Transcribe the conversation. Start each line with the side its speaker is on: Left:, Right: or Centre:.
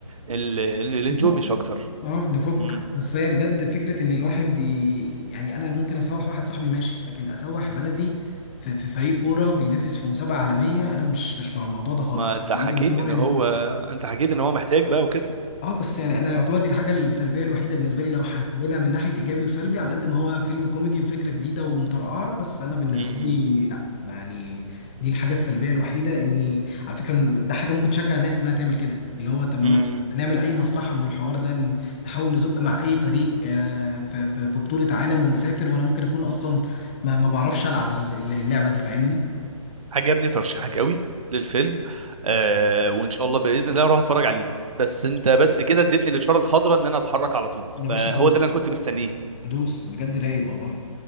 Right: ال... ال- الانجوي
Left: <laughs>
Right: مش اكتر
Left: اه نفك
Right: امم
Left: بس هي بجد فكرة ان الواحد ي... يعني انا ممكن اسوح واحد صاحبي ماشي لكن اسوح بلدي في, في فريق كورة بينافس في مسابقة عالمية انا مش مش مع الموضوع ده خالص
Right: ما انت
Left: دي
Right: حكيت
Left: يعتبر
Right: ان
Left: ال...
Right: هو انت حكيت ان هو محتاج بقى وكده
Left: اه بس يعني انا يعتبر دي الحاجه السلبيه الوحيده بالنسبه لي لو هنحللها من ناحيه ايجابي وسلبي على قد ما هو فيلم كوميدي وفكره جديده ومطرقعه بس انا بالنسبه
Right: <clears throat>
Left: لي لا يعني دي الحاجه السلبيه الوحيده اني على فكره إن ده حاجه ممكن تشجع الناس انها تعمل كده اللي هو طب ما
Right: امم
Left: طب ما نعمل اي مصلحه من الحوار ده ن- نحاول نزق مع اي فريق آه، في في- في بطوله عالم ونسافر وانا ممكن اكون اصلا ما ما بعرفش العب الل- الل- اللعبه دي فاهمني
Right: عجبني ترشيحك قوي للفيلم آه وان شاء الله باذن الله اروح اتفرج عليه بس انت بس كده اديتني الاشاره الخضراء ان انا اتحرك على طول
Left: يا باشا
Right: فهو
Left: دوس
Right: ده اللي انا كنت مستنيه
Left: دوس بجد رايق والله